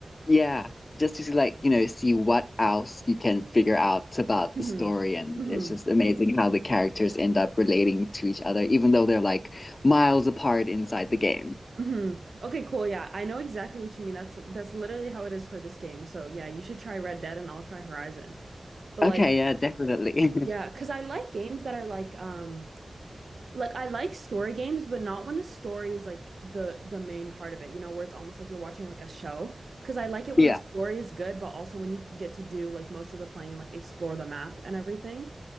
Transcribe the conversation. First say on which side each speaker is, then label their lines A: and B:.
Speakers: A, on the left; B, on the right.
A: yeah, just to see like you know see what else you can figure out about
B: hmm
A: the story. And
B: hmm
A: it's just amazing how the characters end up relating to each other, even though they're like miles apart inside the game.
B: hmm Okay, cool. Yeah, I know exactly what you mean. That's that's literally how it is for this game. So yeah, you should try Red Dead and I'll try Horizon. But
A: Okay,
B: like,
A: yeah, definitely.
B: yeah,
A: <laughs>
B: because I like games that are like um like I like story games, but not when the story is like the the main part of it, you know, where it's almost like you're watching like a show. Because I like it
A: Yeah,
B: when the story is good, but also when you get to do like most of the playing and like explore the map and everything.